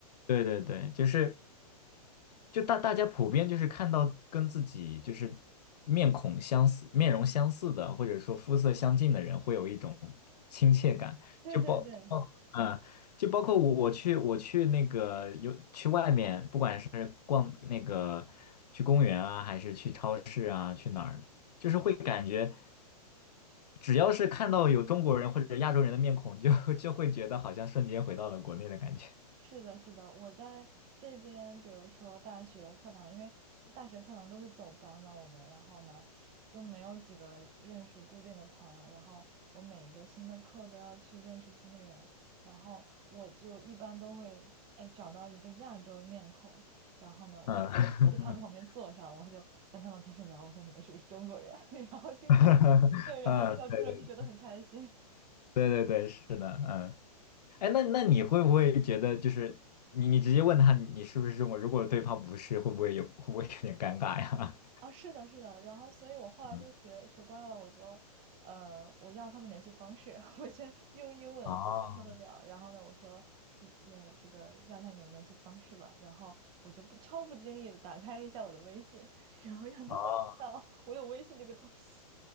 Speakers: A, on the left; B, on the right.
A: 对对对，就是。就大大家普遍就是看到跟自己就是面孔相似、面容相似的，或者说肤色相近的人，会有一种亲切感。
B: 对对对，
A: 就包包嗯，就包括我我去我去那个有去外面，不管是逛那个去公园啊，还是去超市啊，去哪儿，就是会感觉只要是看到有中国人或者亚洲人的面孔，就就会觉得好像瞬间回到了国内的感觉。
B: 是的，是的，我在这边，比如说大学课堂，因为大学课堂都是走班嘛，我们，然后呢，就没有几个认识固定的朋友，然后我每一个新的课都要去认识新的人，然后我就一般都会，哎，找到一个亚洲面孔，然后呢，我在他们旁边坐上，
A: 嗯。<laughs>
B: 我就跟他们开始聊，我说你们是不是中国人？<laughs> 然后经常，
A: <laughs>
B: 对，然后遇到中国人就觉得很开心。
A: 嗯，对对对对对，是的，嗯，哎，那那你会不会觉得就是你你直接问他你是不是中国人如果对方不是，会不会有会不会有点尴尬呀？
B: 啊，是的，是的，然后所以我后来就学学乖了，
A: <laughs> 嗯，
B: 我就，呃，我要他们联系方式，<laughs> 我先用英文跟他们聊，
A: 哦
B: 然后呢，我说，嗯也这个要一下你们联系方式吧，然后我就不超不经意的打开一下我的微信，<laughs> 然后让他们看到我有微信这个东西，
A: 哦，